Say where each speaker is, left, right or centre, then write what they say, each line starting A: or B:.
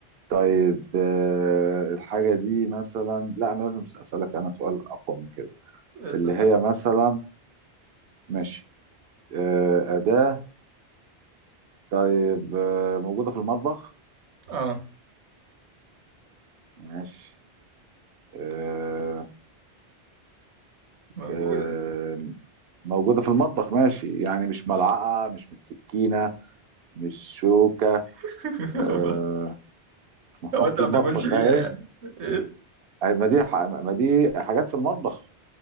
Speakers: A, on the right; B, on the right.
A: طيب آه، الحاجة دي مثلا لا أنا لازم أسألك أنا سؤال أقوى من كده
B: بس-
A: اللي هي مثلا ماشي آه، أداة طيب آه، موجودة في المطبخ
B: اه
A: ماشي آه،
B: موجودة
A: آه،
B: يعني
A: موجودة في المطبخ ماشي يعني مش ملعقة مش مش سكينة مش شوكة
B: <laughs>
A: آه، <laughs> ما
B: هو
A: هو
B: انت
A: في
B: ما
A: المطبح
B: بتاكلش بيها
A: أهي
B: يعني ايه
A: أهي ما دي ح- ما دي حاجات في المطبخ